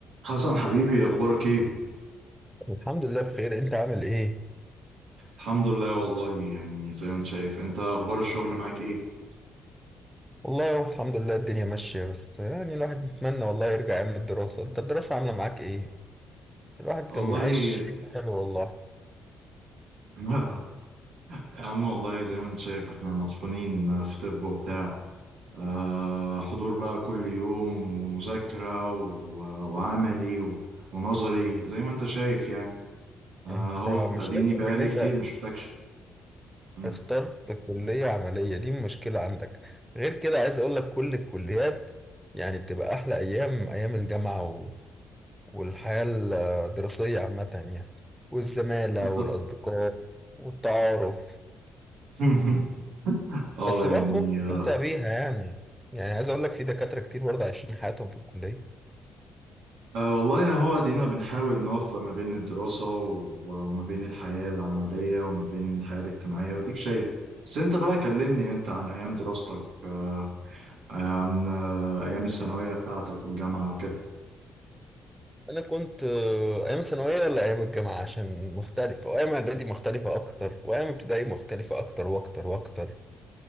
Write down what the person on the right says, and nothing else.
حسن حبيبي اخبارك ايه
الحمد لله والله يعني زي ما انت شايف انت اخبار الشغل معاك ايه
والله
<laughs>
يا عم والله زي ما انت شايف احنا مطحونين في طب وبتاع آه حضور بقى كل يوم ومذاكرة و- وعملي و- ونظري زي ما انت شايف يعني آه،
اهو اديني
بقالي
كتير ما شفتكش مم.
انت-
<laughs> اه
يعني
آه،
أه والله هو دينا بنحاول نوفق ما بين الدراسة و- وما بين الحياة العملية وما بين الحياة الاجتماعية وديك شايف بس انت بقى كلمني انت عن ايام دراستك أه آه، عن أه ايام الثانوية بتاعتك والجامعة وكده